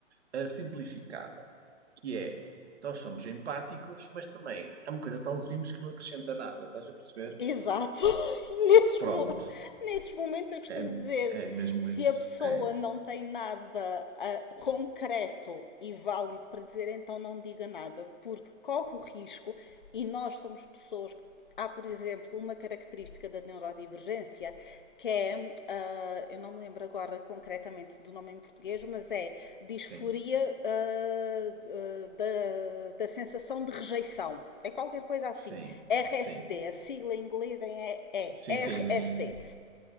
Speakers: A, on the right; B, on the left.
A: a simplificada, que é nós somos empáticos, mas também é uma coisa tão simples que não acrescenta nada, estás a perceber?
B: Exato. <laughs> Nesses,
A: Pronto,
B: mo- nesses momentos eu costumo
A: é,
B: dizer,
A: é mesmo
B: se
A: isso.
B: a pessoa
A: É,
B: não tem nada ah, concreto e válido para dizer, então não diga nada, porque corre o risco e nós somos pessoas. que- Há, por exemplo, uma característica da neurodivergência que é, ah, eu não me lembro agora concretamente do nome em português, mas é disforia
A: sim,
B: ah, ah, da, da sensação de rejeição. É qualquer coisa assim.
A: sim,
B: RSD,
A: sim,
B: a sigla em inglês é, é
A: sim,
B: RSD.
A: sim, sim, sim,